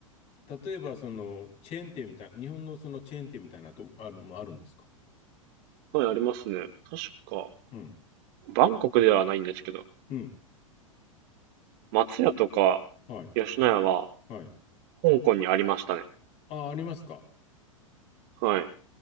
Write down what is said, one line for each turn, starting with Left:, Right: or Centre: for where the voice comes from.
Left: 例えば、その、チェーン店みたい、日本のそのチェーン店みたいなと、ある、もあるんですか
Right: はい、ありますね。確か、
Left: うん、
Right: バンコクではないんですけど、
Left: うん、
Right: 松屋とか
Left: はい、
Right: 吉野家は
Left: はい。
Right: 香港にありましたね。
Left: あ、ありますか。
Right: はい。